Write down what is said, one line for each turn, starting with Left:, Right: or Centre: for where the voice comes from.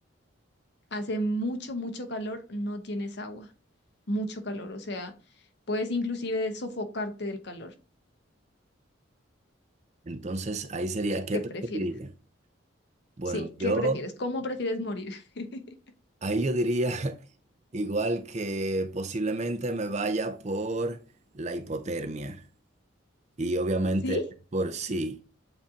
Left: Hace mucho, mucho calor, no tienes agua. Mucho calor, o sea, puedes inclusive sofocarte del calor.
Right: Entonces ahí sería, ¿qué
Left: ¿Qué
Right: preferiría?
Left: prefieres?
Right: Bueno,
Left: Sí,
Right: yo,
Left: ¿qué prefieres? ¿Cómo prefieres morir? <laughs>
Right: ahí yo diría <laughs> igual que posiblemente me vaya por la hipotermia y obviamente
Left: ¿Sí?
Right: por sí.